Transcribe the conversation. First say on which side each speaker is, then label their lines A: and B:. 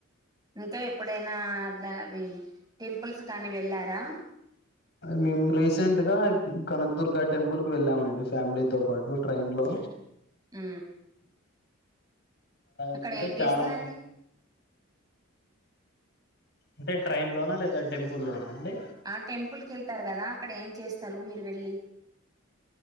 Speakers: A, on the right (about 20°); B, on the left (about 50°).
A: ఇంకా ఎప్పుడైనా దావి టెంపుల్స్ కానీ వెళ్లారా
B: మేము రీసెంట్ గా కనకదుర్గ టెంపుల్ కి వెళ్ళామండి ఫ్యామిలీతో పాటు ట్రైన్ లో
A: ఊ అక్కడ
B: అంటే
A: ఏం చేస్తరండి
B: చాలా అంటే ట్రైన్ లోనా లేదా టెంపు లోనా అండి
A: ఆ టెంపుల్కి వెళ్తారు కదా అక్కడ ఏం చేస్తారు మీరు వెళ్ళి